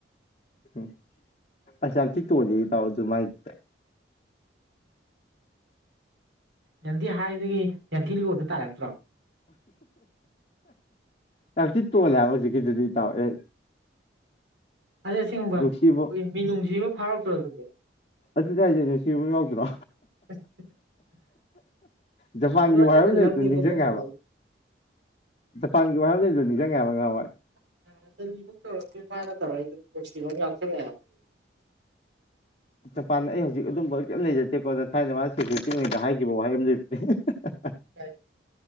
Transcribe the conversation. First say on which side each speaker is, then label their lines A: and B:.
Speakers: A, on the left; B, on the right.
A: ꯎꯝ ꯑꯁ ꯌꯥꯝꯊꯤ ꯇꯣꯜꯂꯦꯍꯦ ꯏꯇꯥꯎ ꯃꯥꯏꯗꯨꯗꯤ
B: ꯌꯥꯟꯊꯤ ꯍꯥꯏꯗꯒꯤ ꯌꯦꯡꯊꯤ ꯂꯣꯟꯗ ꯇꯥꯔꯔꯛꯇ꯭ꯔꯣ
A: ꯌꯥꯝꯇꯤ ꯇꯣꯜꯂꯦ ꯍꯥꯏꯕ ꯍꯧꯖꯤꯛꯀꯤꯗꯨꯗꯤ ꯏꯇꯥꯎ ꯑꯦ
B: ꯑꯗꯩ ꯑꯁꯤꯒꯨꯝꯕ
A: ꯅꯨꯡꯁꯤꯕ
B: ꯑꯩꯈꯣꯏꯒꯤ ꯃꯤꯅꯨꯡꯁꯤ ꯑꯃ ꯐꯥꯎꯔꯛꯇ꯭ꯔ ꯑꯗꯨꯗꯤ
A: ꯑꯗꯨꯗꯤ ꯍꯥꯏꯁꯦꯅꯦ ꯁꯤꯕ ꯌꯥꯎꯗ꯭ꯔꯣ
B: <inaudible>
A: ꯖꯄꯥꯟꯒꯤ
B: ꯑꯩꯉꯣꯟꯗꯒ
A: ꯋꯥꯔ ꯑꯃ ꯂꯩꯕꯗꯨ
B: ꯂꯞ ꯔꯦꯞꯀ
A: ꯅꯤꯡꯁꯤꯡꯉꯦꯕ
B: ꯇꯧꯁꯤꯜꯂꯛꯏ
A: ꯖꯄꯥꯟꯒꯤ ꯋꯥꯐꯝꯁꯤꯁꯨ ꯅꯤꯡꯁꯤꯡꯉꯦ ꯍꯥꯏꯕ ꯉꯍꯥꯎꯋꯥꯏ
B: ꯇꯧꯔꯅ ꯇꯧꯔ ꯀꯂꯣ ꯂꯥꯛꯆ
A: ꯖꯄꯥꯟꯗ ꯑꯩ ꯍꯧꯖꯤꯛ ꯑꯗꯨꯝꯕ ꯀꯩꯝ ꯂꯩꯖꯗꯦꯀꯣꯗ ꯊꯥꯏꯅ ꯃꯥꯅ ꯁꯦꯀ꯭ꯌꯨꯔꯤꯇꯤꯉꯩꯗ ꯍꯥꯏꯈꯤꯕ ꯋꯥꯍꯩ ꯑꯃ ꯂꯩꯕꯗꯤ
B: ꯀ